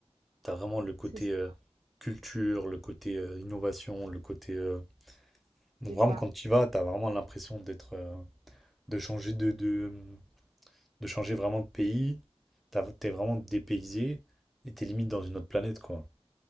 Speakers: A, in the centre; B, on the right.
A: T'as vraiment le côté
B: C'est ça,
A: euh, culture, le côté euh, innovation, le côté... euh, Donc
B: c'est
A: vraiment,
B: ça.
A: quand tu y vas, t'as vraiment l'impression d'être... euh, de changer de, de, de changer vraiment de pays. T'as- T'es vraiment dépaysé et t'es limite dans une autre planète, quoi.